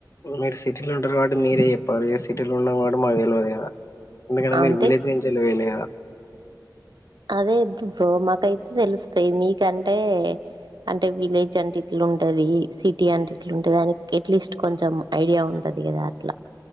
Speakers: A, on the left (about 45°); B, on the right (about 70°).
A: మీరు సిటీలో ఉంటారు కాబట్టి మీరే చెప్పాలి మేం సిటీలుండం కావట్టి మాకు తెలవదు గదా ఎందుకంటే మీరు
B: అంటే
A: విలేజ్ నుంచి పొయ్యిలు కాదా
B: అదే బ్రో మాకైతే తెలుస్తాయి మీకంటే అంటే విలేజ్ అంటి ఇట్లుంటది సిటీ అంటే ఇట్లుంటది అని ఎట్లీస్ట్ కొంచెం ఐడియా ఉంటది కదా అట్లా